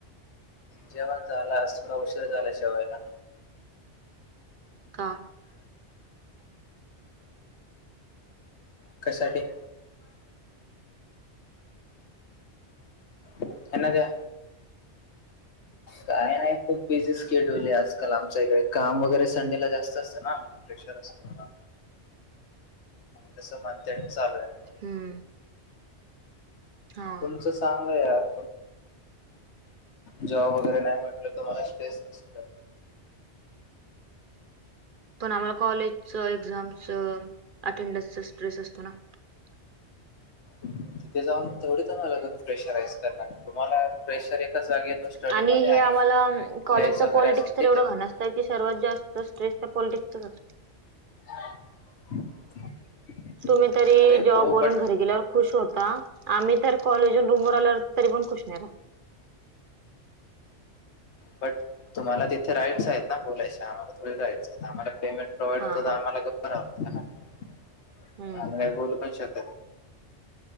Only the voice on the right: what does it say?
का.?
<inaudible>
<inaudible>
हम्म. हा
पण आम्हाला कॉलेजचं, एक्झामचं, अटेंडन्सचं स्ट्रेस असतो ना. <unintelligible>
आणि हे आम्हाला कॉलेजच
पॉलिटिक्स
तर
एवढं घाण अस तय की सर्वात जास्त स्ट्रेस त्या पॉलिटिक्सचाच असतो.
तुम्ही तरी
जॉब
वरून
घरी गेल्यावर खुश होता आम्ही तर कॉलेज वरून रूमवर आल्यावर तरी पण खुश नाही राहत.
हा
हा
हम्म